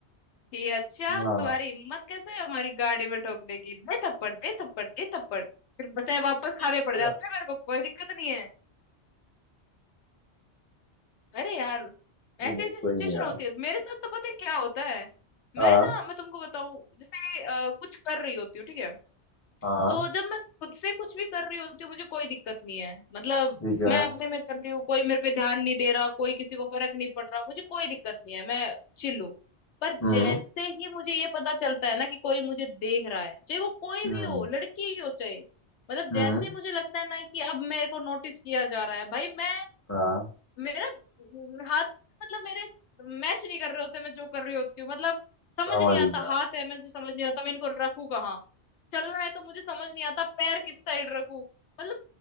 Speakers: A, on the left; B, on the left.
A: ये अच्छा
B: ना
A: तुम्हारी हिम्मत कैसे है हमारी गाड़ी में ठोकने की दे थप्पड़ दे थप्पड़ दे थप्पड़ फिर बचाए वापस खाने
B: अच्छा,
A: पड़ जाते हैं मेरे को कोई दिक्कत नहीं है अरे यार
B: नहीं
A: ऐसे
B: नहीं
A: ऐसे
B: कोई
A: सिचुएशन
B: नहीं यार
A: होती है मेरे साथ तो पता है क्या होता है मैं
B: हाँ
A: ना मैं तुमको बताऊं जैसे अ, कुछ कर रही होती हूँ ठीक है
B: हाँ
A: तो जब मैं खुद से कुछ भी कर रही होती हूँ मुझे कोई दिक्कत नहीं है मतलब
B: ठीक है
A: मैं अपने में कर रही हूँ कोई मेरे पे ध्यान नहीं दे रहा कोई किसी को फर्क नहीं पड़ रहा मुझे कोई दिक्कत नहीं है मैं चिल्लू पर
B: हम्म
A: जैसे ही मुझे ये पता चलता है ना कि कोई मुझे देख रहा है चाहे वो कोई
B: हम्म
A: भी हो लड़की ही हो चाहे मतलब
B: हम्म
A: जैसे मुझे लगता है ना कि अब मेरे को नोटिस किया जा रहा है भाई मैं
B: हाँ
A: मेरा हाथ मतलब मेरे मैच नहीं कर रहे होते मैं जो कर रही होती हूँ मतलब समझ
B: समझ
A: नहीं आता
B: गया
A: हाथ है मुझे समझ नहीं आता मैं इनको रखूं कहाँ चलना है तो मुझे समझ नहीं आता पैर किस साइड रखूं मतलब